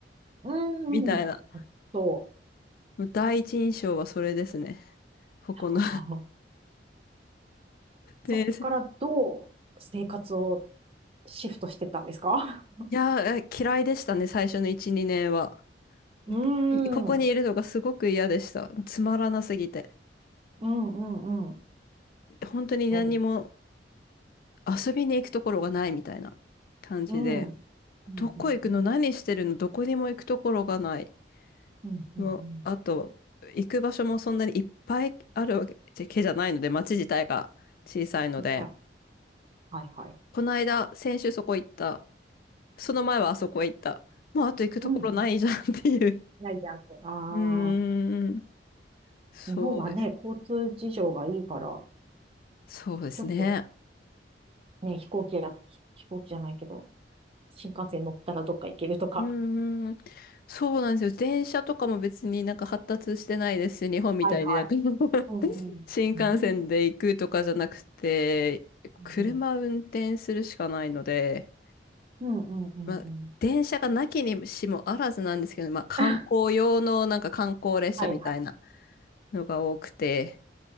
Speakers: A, on the right; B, on the left.
A: うん、
B: みたいな。
A: うん。そう。
B: もう第一印象はそれですね。ここの
A: あー
B: <laughs> で、
A: そっからどう生活を
B: い
A: シフトしてったんですか <laughs>
B: や、え嫌いでしたね、最初の1、2年は。
A: うん、
B: いここにいるのがすごく嫌でした。
A: うん、
B: つまらなすぎて。
A: うん、うん。
B: 本当に何にも
A: そうです
B: 遊びに行くところがないみたいな感じで、
A: うん。うんうんうん。
B: どこ行くの何してるのどこにも行くところがない。
A: うんうんうん。
B: もう、あと、行く場所もそんなにいっぱいあるわけじゃないので、街自体が小さいので、
A: 痛いはいはい。
B: この間、先週そこ行った。その前はあそこ行った。もうあと行くところないじゃんっていう。
A: うん。ないじゃんって。ああ。
B: うーん。そうです。
A: 日本はね、交通事情がいいから、
B: そうですね。
A: ちょっとね、飛行機や、飛行機じゃないけど、新幹線乗ったらどっか行けるとか。
B: うーん。そうなんですよ。電車とかも別になんか発達してないですし、日本みたいで。
A: はいはい。
B: なんか <laughs>
A: うんうん。
B: 新幹線で行くとかじゃなくて、
A: う
B: 車運転するしかないので、
A: んうんうんうんうんうん。
B: まあ、電車がなきにしもあらずなんですけど、まあ、観光用のなんか観光列車みたいな
A: <laughs> はいはい。
B: のが多くて、